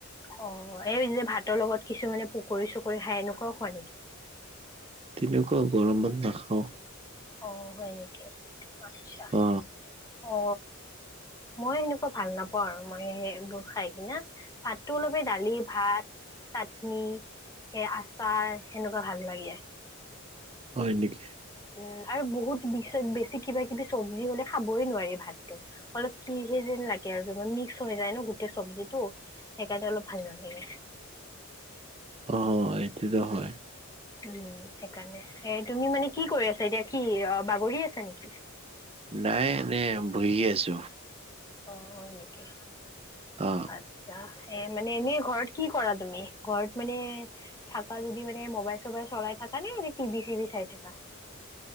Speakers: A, on the left; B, on the right.
A: অ এই যে ভাতৰ লগত কিছুমানে প পকৰি চকৰি খাই এনেকোৱাও খোৱা নেকি
B: তেনেকুৱা গৰমত নাখাওঁ
A: অ হয় নেকি আচ্ছা
B: অ
A: অ মই সেনেকুৱা ভাল নাপাওঁ আৰু মই সেইবোৰ খাই কিনা ভাতটো অলপে দালি ভাত চাটনি সেই আচাৰ সেনেকুৱা ভাল লাগে।
B: হয় নেকি।
A: উম আৰু বহুত বেছি কিবা কিবি চব্জি হ'লে খাবই নোৱাৰি ভাতটো অলপ কি সেই যেন লাগে আৰু মিক্স হৈ যায় ন গোটেই চব্জিটো সেইকাৰণে অলপ ভাল নালাগে।
B: অ', এইটোতো হয়।
A: উম সেইকাৰণে এ তুমি মানে কি কৰি আছা এতিয়া কি অ', বাগৰি আছা নেকি?
B: নাই বহি আছোঁ।
A: অ', হয় নেকি
B: অ
A: আচ্ছা। এ মানে এনেই ঘৰত কি কৰা তুমি ঘৰত মানে থাকা যদি মানে মোবাইল চবাইল চলাই থাকা নে এনে টিভি চি ভ চাই থাকা।